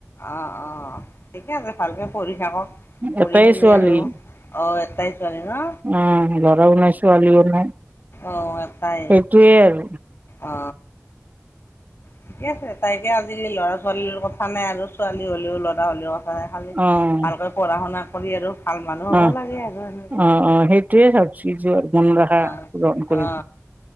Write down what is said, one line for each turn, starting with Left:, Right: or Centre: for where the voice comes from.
Left: অ অ, ঠিকে আছে ভালকে পঢ়ি থাকক! পঢ়ি-শুনি
Right: এটাই ছোৱালী
Left: আৰু, অ এটাই ছোৱালী ন?
Right: অ' লৰাও নাই ছোৱালীও নাই।
Left: অ' এটাই।
Right: সেইটোয়ে আৰু
Left: অ। ঠিকে আছে তাইকে আজিকালি ল'ৰা ছোৱালী ল' কথা নাই আৰু ছোৱালী হ'লেও লৰা হ'লেও কথা হয় খালি,
Right: অ'
Left: ভালকৈ পঢ়া-শুনা কৰি আৰু ভাল মানুহ
Right: অ'
Left: হ'ব লাগে আৰু এনেকুৱা।
Right: অ' অ' সেইটোয়ে ভাবছো মন ৰখা
Left: অ
Right: গ্ৰহণ কৰি
Left: অ।